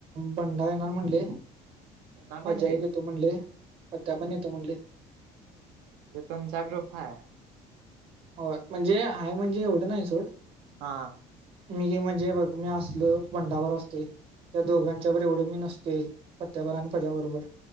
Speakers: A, on the right (about 40°); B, on the right (about 80°).
A: बंडा येणार म्हणले. <unintelligible>
B: येणार म्हणजे
A: म्हणले आत्या पण येतो म्हणले....
B: ते तुमचा ग्रुप हाय...
A: होय म्हणजे आहे म्हणजे एवढं नाही सोड...
B: हं
A: मी ही म्हणजे बघ मी असलो पंडाभर असतय.... त्या दोघांच्याबरोबर एवढे मी नसतेय, पत्त्यावर आणि पज्या बरोबर.